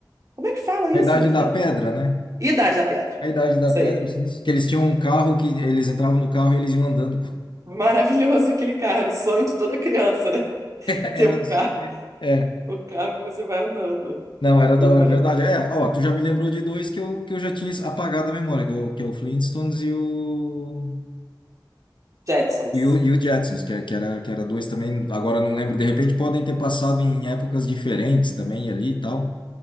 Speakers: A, on the right; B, on the left.
A: Como é que fala isso,
B: A Idade
A: meu filho?
B: da Pedra, né?
A: Idade da Pedra.
B: A Idade da
A: Isso
B: Pedra,
A: aí.
B: os sinistros, que eles tinham um carro que eles entravam no carro e eles iam andando.
A: Maravilhoso aquele carro, era o sonho de toda criança, né?
B: <laughs>
A: Ter
B: Era
A: um carro,
B: só isso. É,
A: o carro que você vai andando.
B: não, era
A: Muito
B: da hora,
A: maravilhoso.
B: é verdade. É, ó, tu já me lembrou de dois que eu, que eu já tinha apagado a memória, que é o, que é o Flintstones e o,
A: Jetsons.
B: e o, e o Jetsons, que, é- que era, que era dois também, agora eu não lembro. De repente podem ter passado em épocas diferentes também ali e tal,